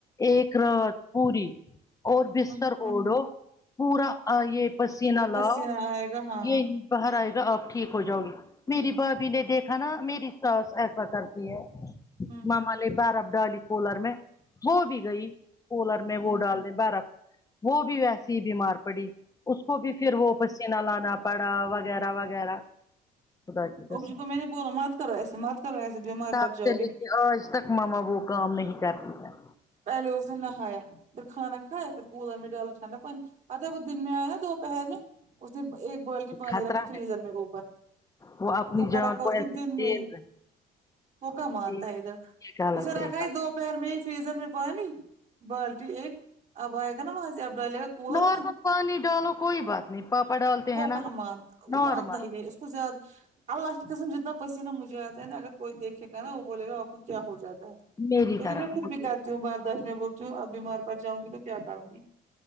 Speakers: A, on the left (about 20°); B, on the right (about 45°).
A: ایک رات
B: ہوں
A: پوری اور بستر
B: ہوں
A: اوڑو پورا یہ پسیینہ
B: ہوں پسینہ
A: لاؤ
B: آئے گا ہاں
A: یہ بر آئے گا آپ ٹھیک ہو جاؤ گے میری بھابی نے دیکھا نا میری ساس ایسا کرتی ہے
B: ہوں
A: ماما نے برف ڈالی کولر میں ہو بھی گئی کولر میں
B: ہوں
A: وہ ڈال دے برف وہ بھی ویسی ہی بیمار پڑی اس کو بھی پھر وہ پسینہ لانا پڑا وغیرہ وغیرہ خدا کی
B: ابو
A: قسم
B: جی کو میں نے بول مت کرو ایسے مت کرو ایسے بیمار
A: تب
B: پڑ جاؤ
A: سے لے
B: گے
A: کے آج تک ماما وہ کام نہیں کرتی ہے
B: پہلے اس د نےن نہایا پھر کھانا کایا پھر کووللر میں ڈالا ٹھنڈا پانی آتاا وہ دن میں آیا دوپہر میں اس نے ایک بالٹی پانی
A: خطرہ
B: رکھا فریزر
A: ہے
B: میں اوپر
A: وہ اپنی
B: اوپر
A: جان
B: رکھا
A: کو
B: اسنے
A: ایسے
B: دن
A: کھیل
B: میں ہی وہوکا
A: رہے ہیں
B: مانتا
A: یہ
B: ہے ادھر
A: غلط
B: اسے رکھا
A: یہ غلط
B: ہے دوپہر میں فریزر میں پانی بالٹی ایک اب آئے گا نا وہاں سے اب ڈالے گا
A: ہے۔
B: کولر
A: نارمل
B: میں
A: پانی ڈالو کوئی بات نہیں پاپا ڈالتے
B: وہ
A: ہیں نا
B: کہمان وہ
A: نارمل
B: مانتا ہی نہیںے اس کو زیا اللہ کی قسم جتنا پسینہ مجھے آتا ہے نا اگر کوئی دیکھے گا نا وہ بولے گا باپو کیا ہو جاتا ہے
A: میری
B: لیکن
A: طرح
B: میں پھر
A: مجھے
B: بھی کرتی ہوں بارداشت میں بولتی ہوں اب بھی مار پڑ جاؤں گی تو کیا کروں گی